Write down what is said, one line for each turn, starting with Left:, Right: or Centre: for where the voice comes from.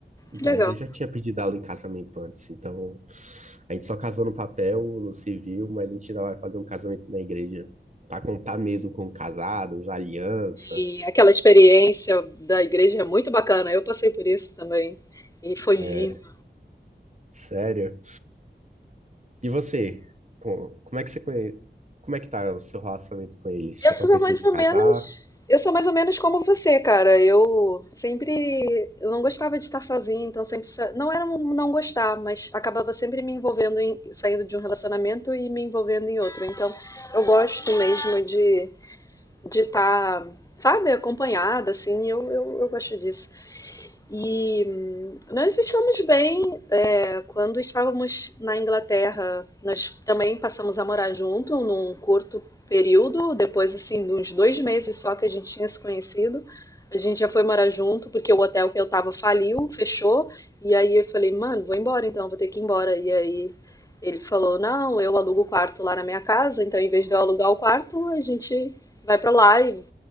Right: Mas
Left: que legal.
Right: eu já tinha pedido ela em casamento antes, então a gente só casou no papel, no civil, mas a gente ainda vai fazer um casamento na igreja pra contar mesmo com casados, aliança.
Left: E aquela experiência da igreja é muito bacana. Eu passei por isso também. E foi lindo.
Right: É, sério. E você? Co- Como é que você conhe... Como é que tá o seu relacionamento com eles?
Left: Eu
Right: Já
Left: sou
Right: estão pensando
Left: mais
Right: em se
Left: ou
Right: casar?
Left: menos. Eu sou mais ou menos como você, cara. Eu sempre. Eu não gostava de estar sozinha, então sempre. sa- Não era um não gostar, mas acabava sempre me envolvendo em. saindo de um relacionamento e me envolvendo em outro. Então eu gosto mesmo de de estar, sabe, acompanhada, assim, eu, eu, eu gosto disso. E hum, nós estamos bem. É, Quando estávamos na Inglaterra, nós também passamos a morar junto num curto período, depois, assim, de uns dois meses só que a gente tinha se conhecido. A gente já foi morar junto, porque o hotel que eu tava faliu, fechou, e aí eu falei, mano, vou embora então, vou ter que ir embora. E aí ele falou, não, eu alugo o quarto lá na minha casa, então em vez de eu alugar o quarto, a gente vai pra lá e